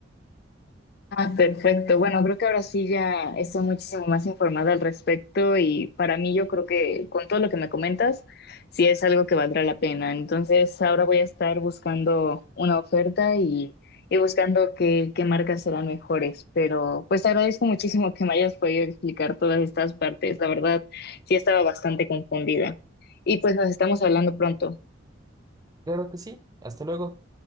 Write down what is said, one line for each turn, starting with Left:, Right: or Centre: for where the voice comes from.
Left: Ah, perfecto. Bueno, creo que ahora sí ya estoy muchísimo más informada al respecto y para mí yo creo que con todo lo que me comentas, sí es algo que valdrá la pena. Entonces ahora voy a estar buscando una oferta y, y buscando qué, qué marcas serán mejores. Pero pues te agradezco muchísimo que me hayas podido explicar todas estas partes. La verdad, sí estaba bastante confundida. Y pues nos estamos hablando pronto.
Right: Claro que sí, hasta luego.